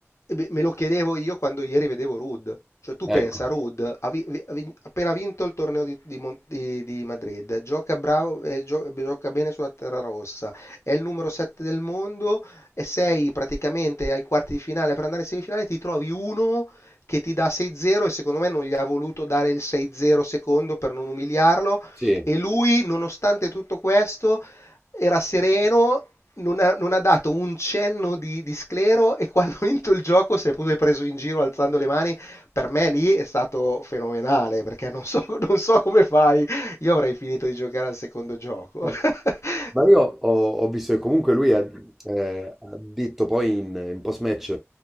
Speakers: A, on the left (about 70°); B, in the centre.
A: eh beh, me lo chiedevo io quando ieri vedevo Ruud. Cioè, tu
B: ecco,
A: pensa, Ruud ha vi- vi- ha vin- appena vinto il torneo di, di Mon- di- di Madrid, gioca bravo, eh, gio- gioca bene sulla terra rossa, è il numero 7 del mondo e sei praticamente ai quarti di finale per andare in semifinale, ti trovi uno che ti dà 6-0 e secondo me non gli ha voluto dare il 6-0 secondo per non umiliarlo
B: sì.
A: e lui, nonostante tutto questo era sereno, non ha, non ha dato un cenno di, di sclero e quando ha vinto il gioco si è pure preso in giro alzando le mani. Per me lì è stato fenomenale perché non so, <laughs> non so come fai. Io avrei finito di giocare al secondo gioco.
B: Eh,
A: <laughs>
B: Ma io ho, ho visto che comunque lui ha, eh, ha detto poi in, in post-match,